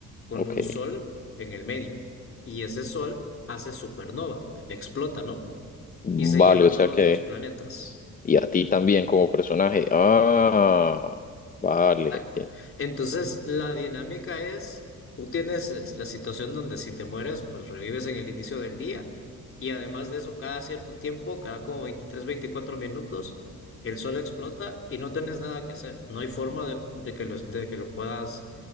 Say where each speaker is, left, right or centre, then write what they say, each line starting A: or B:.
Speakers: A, on the left; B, on the left.
A: con
B: ok.
A: un sol en el medio. Y ese sol hace supernova, explota, ¿no?
B: Vale,
A: Y se lleva a
B: o sea
A: todos
B: que.
A: los planetas.
B: Y a ti también como personaje. Ah, vale.
A: Exacto.
B: qué
A: Entonces, la dinámica es, tú tienes es la situación donde si te mueres, pues revives en el inicio del día y además de eso, cada cierto tiempo, cada como 23 24 minutos, el sol explota y no tienes nada que hacer. No hay forma de, de que, lo, de que lo puedas